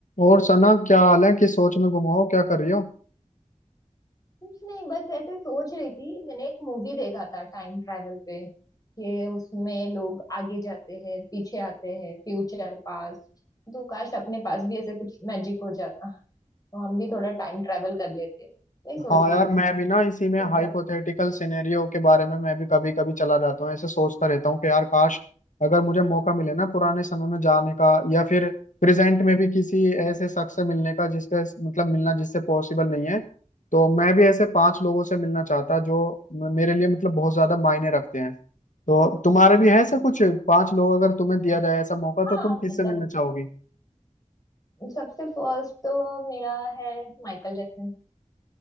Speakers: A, on the left (about 75°); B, on the left (about 30°).
A: और सना क्या हाल है किस सोच में गुम हो क्या कर रही हो
B: कुछ नहीं बस ऐसे सोच रही थी मैंने एक मूवी देखा था टाइम ट्रैवल पे कि उसमें लोग आगे जाते हैं पीछे आते हैं फ्यूचर पास्ट तो काश अपने पास भी ऐसे कुछ मैजिक हो जाता तो हम भी थोड़ा टाइम ट्रैवल कर लेते वही सोच
A: हाँ
B: रही
A: यार
B: थी
A: मैं भी ना इसी में
B: तुम क्या
A: हाइपोथेटिकल
B: बोल
A: सिनेरियो के बारे में मैं भी कभी कभी चला जाता हूँ ऐसे सोचता रहता हूँ कि यार काश अगर मुझे मौका मिले ना पुराने समय में जाने का या फिर प्रेजेंट में भी किसी ऐसे शख्स से मिलने का जिसके मतलब मिलना जिससे पॉसिबल नहीं है तो मैं भी ऐसे पांच लोगों से मिलना चाहता जो म- मेरे लिए मतलब बहुत ज्यादा मायने रखते हैं तो तुम्हारे भी है ऐसा कुछ पांच लोग अगर तुम्हें दिया जाए ऐसा मौका तो
B: हाँ
A: तुम
B: मतलब
A: किससे मिलना चाहोगी
B: सबसे फर्स्ट तो मेरा है माइकल जैक्सन